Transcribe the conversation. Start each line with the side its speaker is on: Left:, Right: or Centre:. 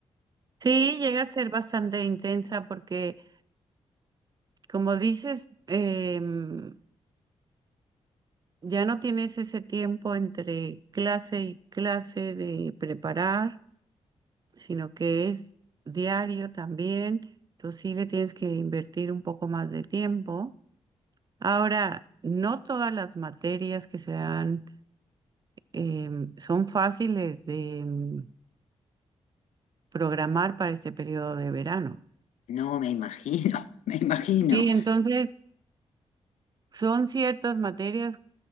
Right: Sí, llega a ser bastante intensa porque, como dices, em, ya no tienes ese tiempo entre clase y clase de preparar, sino que es diario también. Entonces sí le tienes que invertir un poco más de tiempo. Ahora, no todas las materias que se dan em, son fáciles de em, programar para este periodo de verano.
Left: No me imagino, <laughs> me imagino.
Right: Y entonces son ciertas materias